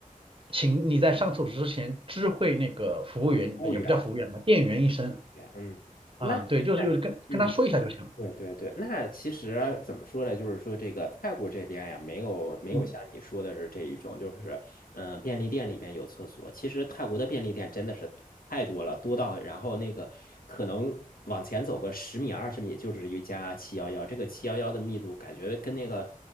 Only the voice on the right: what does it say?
请你在上厕所之前知会那个服务员，
呃也不叫服务员吧，店员一声
啊，
对，就是就是跟跟他说一下就行，
嗯。